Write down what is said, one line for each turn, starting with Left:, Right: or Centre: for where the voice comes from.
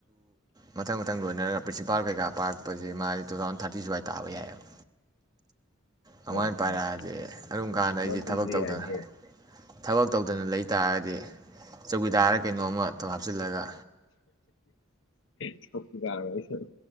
Right: ꯃꯊꯪ ꯃꯊꯪ ꯂꯣꯏꯅꯔꯒ ꯄ꯭ꯔꯤꯟꯁꯤꯄꯥꯜ ꯀꯩꯀꯥ ꯄꯥꯔꯛꯄꯁꯤꯦ ꯃꯥꯁ ꯇꯨ ꯊꯥꯎꯖꯟ ꯊꯥꯔꯇꯤ ꯁ꯭ꯋꯥꯏꯗ ꯇꯥꯕ ꯌꯥꯏꯑꯕ ꯑꯗꯨꯃꯥꯏꯅ
Left: ꯍꯣꯏ
Right: ꯄꯥꯏꯔꯛꯑꯗꯤ
Left: ꯍꯣꯏ
Right: ꯑꯗꯨꯝ ꯀꯥꯟꯗ ꯑꯩꯁꯦ
Left: ꯃꯗꯨꯁꯨ
Right: ꯊꯕꯛ ꯇꯧꯗꯅ
Left: ꯌꯥꯏꯍꯦ
Right: ꯊꯕꯛ ꯇꯧꯗꯅ ꯂꯩ ꯇꯥꯔꯒꯗꯤ ꯆꯧꯀꯤꯗꯥꯔ ꯀꯩꯅꯣꯝꯃ ꯊꯣꯛ ꯍꯥꯞꯆꯤꯜꯂꯒ
Left: ꯆꯣꯀꯤꯗꯥꯔ ꯑꯣꯏꯔꯣ